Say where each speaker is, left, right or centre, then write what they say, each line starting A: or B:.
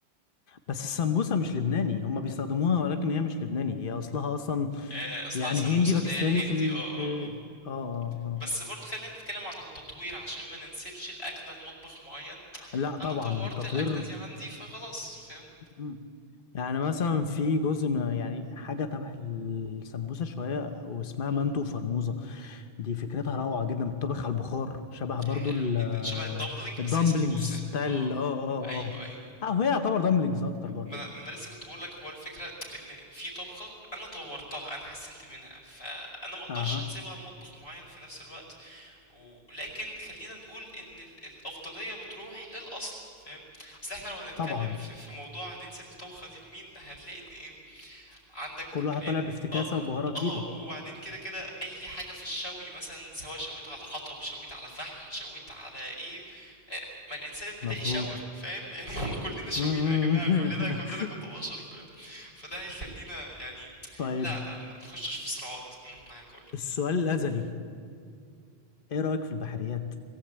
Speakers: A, on the left; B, on the left.
A: بس السمبوسة مش لبناني هما بيستخدموها ولكن هي مش لبناني هي أصلها أصلا
B: آه، اصلها
A: يعني
B: سموسة
A: هندي باكستاني
B: اللي هي الهندي
A: في ال
B: اه اه اه
A: اه اه
B: بس برضو خلينا نتكلم عن التطوير عشان ما ننسبش الاكلة لمطبخ معين
A: اه لا طبعا
B: انا طورت
A: تطوير
B: الاكلة دي عندي فخلاص فاهم
A: مم. يعني مثلا في جزء من يعني حاجة تبع السمبوسة شوية واسمها
B: مهم.
A: منتو وفرموزة دي فكرتها روعة جدا بتطبخ على البخار شبه برضو
B: حلو
A: ال-
B: جدا
A: آه،
B: شبه الدمبلينج بس
A: الدمبلينجز
B: هي سمبوسة
A: بتاع
B: اه
A: ال اه اه
B: ايوه
A: اه
B: ايوه
A: اه هي يعتبر دمبلينجز أكتر برضو
B: ما
A: يعني
B: انا ما أنا لسه كنت بقول لك هو الفكرة ان في طبخة انا طورتها انا حسنت منها فانا ما اقدرش
A: اها
B: انسبها لمطبخ معين في نفس الوقت ولكن خلينا نقول ان ال- الافضليه بتروح للاصل فاهم اصل احنا لو هنتكلم
A: طبعا
B: في, في موضوع هننسب الطبخه دي لمين هتلاقي ان ايه عندك
A: كل واحد
B: ال-
A: طالع بافتكاسة
B: اه
A: وبهارة جديدة
B: اه وبعدين كده كده اي حاجه في الشوي مثلا سواء شويت على حطب شويت على فحم شويت على ايه آه، ما الانسان البدائي
A: مظبوط
B: شوى فاهم <laughs> يعني ما كلنا شوينا
A: م-
B: يا جماعه
A: م. <laughs>
B: كلنا كلنا كنا بشر فاهم فده هيخلينا يعني
A: طيب
B: لا لا ما نخشش في صراعات امم معاك قولي
A: السؤال الأزلي ايه رأيك في البحريات؟